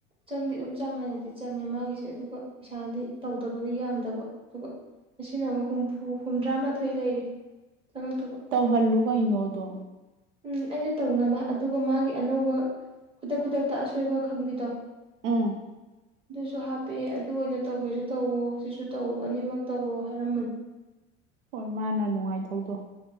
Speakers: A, on the right; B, on the right.
A: ꯆꯪꯗꯤ ꯑꯗꯨꯝ ꯆꯥꯡ ꯅꯥꯏꯅꯗꯤ ꯆꯪꯉꯦ ꯃꯥꯒꯤꯁꯦ ꯑꯗꯨꯒ ꯄꯩꯁꯥꯗꯤ ꯇꯧꯗꯕꯒꯤ ꯌꯥꯝꯗꯕ꯫ ꯑꯗꯨꯒ ꯉꯁꯤꯅ ꯑꯃꯨꯛ ꯍꯨꯝꯐꯨ ꯍꯨꯝꯗ꯭ꯔꯥꯃꯥꯊꯣꯏ ꯂꯩꯔꯤ ꯆꯪꯉꯛꯇꯨꯕ꯫
B: ꯇꯧꯍꯜꯂꯨ ꯀꯩꯅꯣꯗꯣ꯫
A: ꯎꯝ ꯑꯩꯅ ꯇꯧꯅꯕ ꯑꯗꯨꯒ ꯃꯥꯒꯤ ꯑꯅꯧꯕ ꯈꯨꯗꯛ ꯈꯨꯗꯛꯇ ꯑꯁꯣꯏꯕ ꯈꯪꯕꯤꯗꯣ꯫
B: ꯎꯝ
A: ꯑꯗꯨꯁꯨ ꯍꯥꯞꯄꯛꯑꯦ ꯑꯗꯨ ꯑꯣꯏꯅ ꯇꯧꯒꯦꯁꯨ ꯇꯧꯋꯣ ꯁꯤꯁꯨ ꯇꯧ ꯑꯅꯤꯃꯛ ꯇꯧꯔꯣ ꯍꯥꯏꯔꯝꯕꯅꯦ꯫
B: ꯍꯣꯏ ꯃꯥꯅ ꯅꯨꯡꯉꯥꯏꯗꯧꯗꯣ꯫